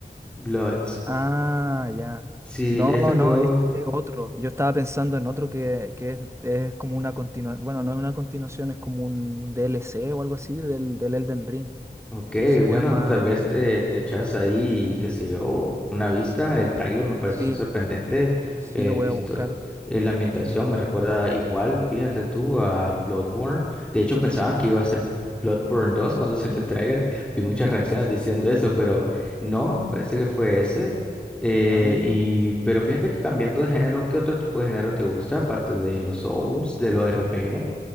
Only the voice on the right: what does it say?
Ah, ya.
No,
no, es, es otro. Yo estaba pensando en otro que, que es, es como una continuación, bueno, no es una continuación, es como un, un DLC o algo así del, del Elden Ring,
que se
llama,
sí,
sí
lo voy
a buscar.
Sí.
Ah,